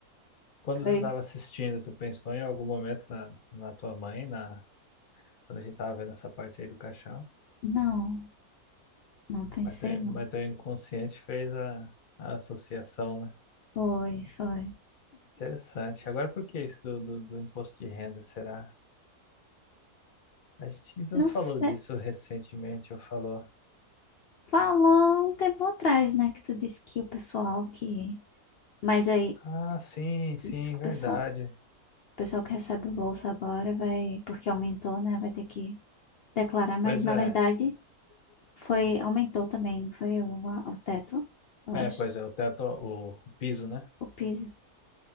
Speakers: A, on the left (about 45°); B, on the left (about 75°).
A: quando
B: foi.
A: tu estava assistindo, tu pensou em algum momento na, na tua mãe, na, quando a gente estava vendo essa parte aí do caixão.
B: Não, não pensei
A: Mas teu,
B: não.
A: mas teu inconsciente fez a, a associação, né?
B: Foi, foi.
A: Interessante. Agora, por que isso do, do, do imposto de renda, será? A gente não
B: Não
A: falou
B: sei.
A: disso recentemente, ou falou?
B: Falou um tempo atrás, né? Que tu disse que o pessoal que. Mas aí,
A: Ah, sim,
B: tu
A: sim,
B: disse que o
A: verdade.
B: pessoal, o pessoal que recebe o bolsa agora vai. Porque aumentou, né? Vai ter que declarar. Mas
A: Pois
B: na
A: é.
B: verdade, foi. Aumentou também, não foi o, a- o teto, eu
A: É,
B: acho.
A: pois é, o teto, o, o piso, né?
B: O piso.